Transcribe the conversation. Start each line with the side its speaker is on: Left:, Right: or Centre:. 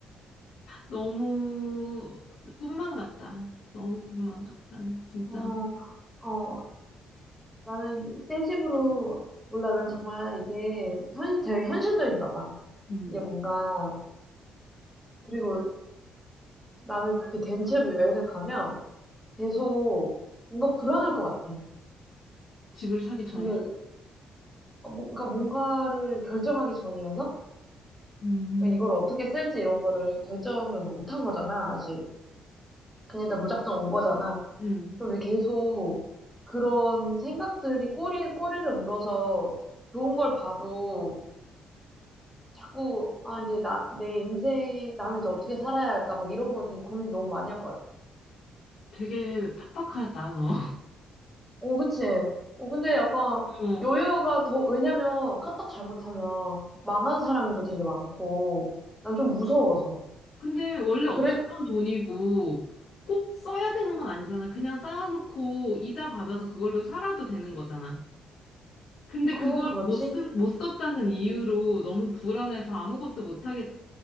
Left: 너무 꿈만 같다. 너무 꿈만 같다. 진짜.
Centre: 어, 어, 나는 새 집으로, 몰라, 난 정말 이게 현, 되게 현실적인가 봐.
Left: 음.
Centre: 이게 뭔가, 그리고 나는 그렇게 된 채로 여행을 가면 계속 뭔가 불안할 것 같아.
Left: 집을 사기 전이라.
Centre: 이거, 어, 뭐- 그러니까 뭔가를 결정하기 전이어서?
Left: 음.
Centre: 그러니까 이걸 어떻게 쓸지 이런 거를 결정을 못한 거잖아, 아직. 그냥 일단 무작정 온 거잖아.
Left: 음.
Centre: 그럼 왜 계속 그런 생각들이 꼬리에 꼬리를 물어서 좋은 걸 봐도 자꾸, 아, 이제 나, 내 인생, 나는 이제 어떻게 살아야 할까, 막 이런 거 되게 고민 너무 많이 할 것 같아.
Left: 되게 팍팍하다, 너.
Centre: 오 그치? 어, 근데 약간
Left: 어.
Centre: 여유가 더, 왜냐면 까딱 잘못하면 망한 사람도 되게 많고, 난 좀 무서워서.
Left: 근데 원래 없었던
Centre: 그래,
Left: 돈이고 꼭 써야 되는 건 아니잖아. 그냥 쌓아놓고 이자 받아서 그걸로 살아도 되는 거잖아. 근데
Centre: 그건
Left: 그걸
Centre: 그렇지?
Left: 못 쓴, 못 썼다는 이유로 너무 불안해서 아무것도 못 하겠,